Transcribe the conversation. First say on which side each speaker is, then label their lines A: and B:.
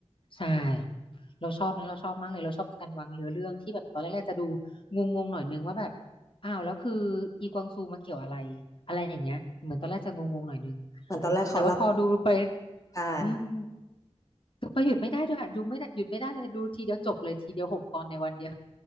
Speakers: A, on the left; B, on the left.
A: ใช่ เราชอบนะเราชอบมากเลยเราชอบการวางเนื้อเรื่องที่แบบตอนแรกๆจะดูงงๆหน่อยนึงว่าแบบอ้าวแล้วคืออีกวางซูมาเกี่ยวอะไรอะไรอย่างเงี้ยเหมือนตอนแรกจะงงๆหน่อยนึง
B: เหมือนตอนแรกเขารับ
A: แต่ว่าพอดูไป
B: ใช่
A: อืมดูไปหยุดไม่ได้ด้วยอะดูไม่ได้หยุดไม่ได้เลยดูทีเดียวจบเลยทีเดียวหกตอนในวันเดียว